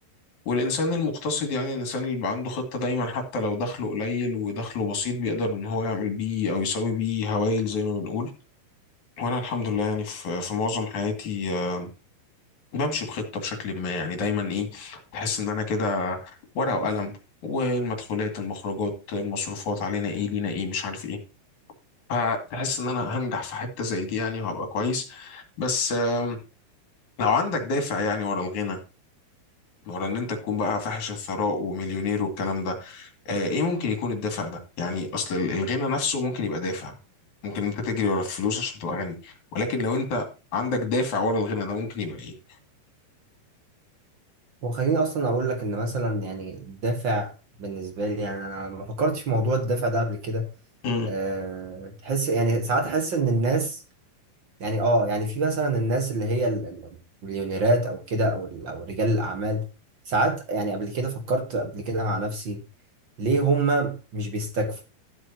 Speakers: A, on the left; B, on the right.
A: والإنسان المقتصد يعني الإنسان اللي بيبقى عنده خطة دايما حتى لو دخله قليل ودخله بسيط بيقدر إن هو يعمل بيه أو يسوي بيه هوايل زي ما بنقول وأنا الحمد لله يعني في, في معظم حياتي آه، بمشي بخطة بشكل ما يعني دايما إيه بحس إن أنا كده ورقة وقلم والمدخولات المخرجات المصروفات علينا إيه لينا إيه مش عارف إيه فتحس ان انا هنجح في حتة زي دي يعني وهبقى كويس بس آم، لو عندك دافع يعني ورا الغنى ورا ان انت تكون بقى فاحش الثراء ومليونير والكلام ده آه، ايه ممكن يكون الدافع ده يعني اصل ال- الغنى نفسه ممكن يبقى دافع ممكن انت تجري ورا الفلوس عشان تبقى غني ولكن لو انت عندك دافع ورا الغنى ده ممكن يبقى ايه
B: وخليني اصلا اقول لك ان مثلا يعني الدافع بالنسبه لي يعني انا ما فكرتش في موضوع الدافع ده قبل كده
A: مم.
B: أه تحس يعني ساعات احس ان الناس يعني اه يعني في مثلا الناس اللي هي ال- ال- المليونيرات او كده او ال- او رجال الاعمال ساعات يعني قبل كده فكرت قبل كده مع نفسي ليه هما مش بيستكفوا